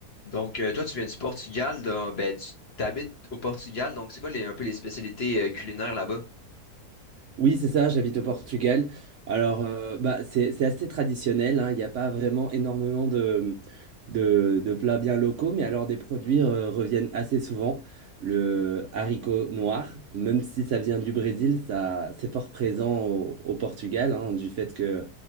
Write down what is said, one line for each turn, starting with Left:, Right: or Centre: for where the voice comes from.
Left: Donc, euh, toi, tu viens du Portugal, donc, ben, tu t'habites au Portugal, donc c'est quoi les, un peu les spécialités euh, culinaires là-bas?
Right: Oui, c'est ça, j'habite au Portugal. Alors, euh, bah, c'est, c'est assez traditionnel, hein, Il n'y a pas vraiment énormément de, de, de plats bien locaux, mais alors des produits euh, reviennent assez souvent. Le haricot noir, même si ça vient du Brésil, ça, c'est fort présent au, au Portugal, hein, du fait que